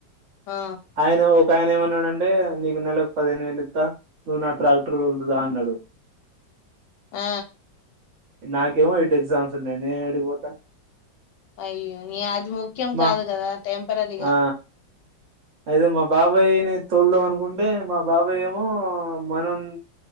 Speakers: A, on the left (about 70°); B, on the right (about 55°).
A: ఆ
B: ఆయన ఒక ఆయన ఏమన్నాడుంటే నీకు నెలలకు పదిహేను వేలు ఇస్తా నువ్వు నా ట్రాక్టర్ తొలుదువ్ రా అన్నాడు
A: ఆ
B: నాకేమో ఇటు ఎగ్జామ్స్ ఉన్నాయి నేను ఏడికిపోతా
A: అయ్యో నీ అది ముఖ్యం
B: మా
A: కాదు కదా టెంపరరీగా
B: ఆ అయితే మా బాబాయ్ని తోల్దా అనుకు అకుంటే మా బాబాయ ఏమో మనం